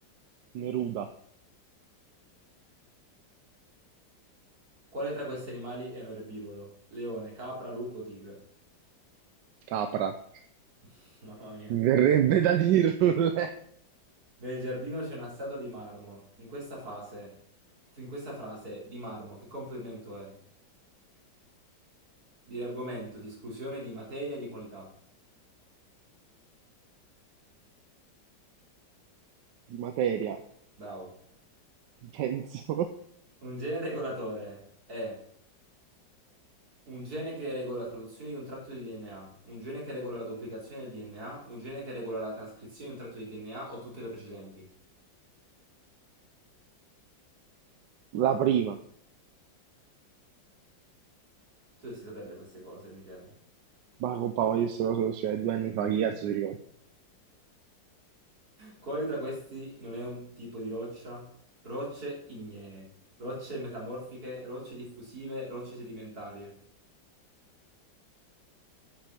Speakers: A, on the right; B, on the right.
A: Neruda.
B: Quale tra questi animali è un erbivoro? Leone, capra, lupo, tigre.
A: Capra,
B: <laughs> Mamma mia.
A: mi verrebbe da dirle
B: Nel giardino c'è una statua di marmo. In questa fase, in questa frase, di marmo, che complemento è? Di argomento, di esclusione, di materia, di qualità.
A: <laughs> di materia,
B: Bravo.
A: penso,
B: Un gene regolatore è un gene che regola la traduzione di un tratto di DNA, un gene che regola la duplicazione del DNA, un gene che regola la trascrizione di un tratto di DNA o tutte le precedenti.
A: la prima,
B: Tu dovresti saperle queste cose, Michele.
A: ma compa, ma io sto cosa lo studiai due anni fa, che cazzo si ricorda?
B: Quali tra questi non è un tipo di roccia? Rocce ignee, rocce metamorfiche, rocce diffusive, rocce sedimentarie.